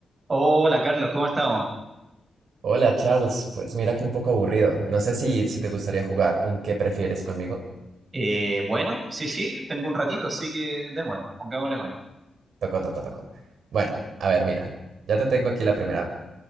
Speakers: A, on the right (about 30°); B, on the right (about 75°).
A: Hola Carlos, ¿cómo estamos?
B: Hola Charles, pues mira que un poco aburrido. No sé si, si te gustaría jugar un ¿qué prefieres conmigo?
A: Eh, bueno, sí, sí, tengo un ratito, así que démosle, pongámosle bueno.
B: Toco, toco, toco. Bueno, a ver, mira, ya te tengo aquí la primera,